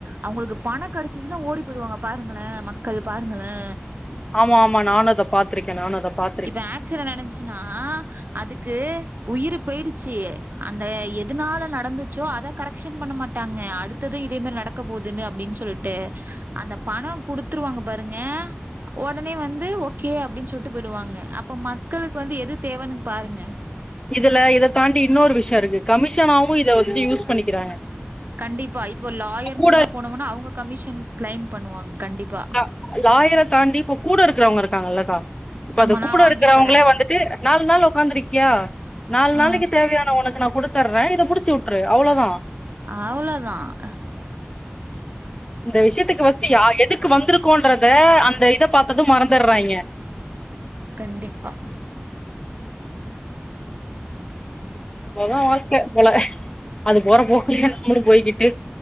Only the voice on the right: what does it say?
அவங்களுக்கு பணோ கெடச்சின்னா ஓடி போயிடுவாங்க பாருங்களே மக்கள் பாருங்களே
இப்ப ஆக்சிடன் நடந்துச்சின்னா அதுக்கு உயிர் போயிடுச்சி அந்த எதுனால நடந்துச்சோ அத கரெக்ஷனு பண்ண மாட்டாங்க அடுத்தது இதே மாறி நடக்க போதுன்னு அப்டின்னு சொல்ட்டு அந்த பணோ குடுத்துருவாங்க பாருங்க உடனே வந்து ஓகே அப்டின்னு சொல்ட்டுப் போயிடுவாங்க அப்ப மக்களுக்கு வந்து எது தேவைன்னு பாருங்க
கண்டிப்பா இப்ப லாயர்
மூலியமா போனம்னா அவங்க கமிஷன் கிளைம் பண்ணுவாங்க கண்டிப்பா
ஆமா
நா வாங்கி
தரே
ஆ
அவ்ளதா அ
கண்டிப்பா